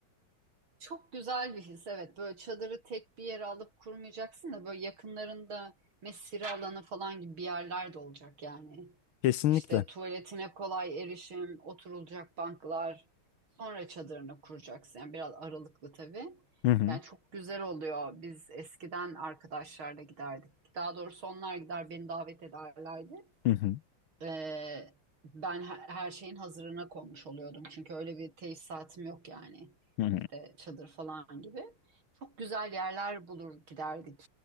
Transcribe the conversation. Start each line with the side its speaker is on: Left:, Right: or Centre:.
Right: Çok güzel bir his evet böyle çadırı tek bir yere alıp kurmayacaksın da böyle yakınlarında mesire alanı falan gibi bir yerler de olacak yani.
Left: kesinlikle.
Right: İşte tuvaletine kolay erişim, oturulacak banklar, sonra çadırını kuracaksın. Yani biraz aralıklı tabii.
Left: Hı hı.
Right: Yani çok güzel oluyor. Biz eskiden arkadaşlarla giderdik. Daha doğrusu onlar gider beni davet ederlerdi.
Left: Hı hı.
Right: Ee, ben her, her şeyin hazırına konmuş oluyordum. Çünkü öyle bir tesisatım yok yani.
Left: Hı hı.
Right: İşte çadır falan gibi. Çok güzel yerler bulur giderdik.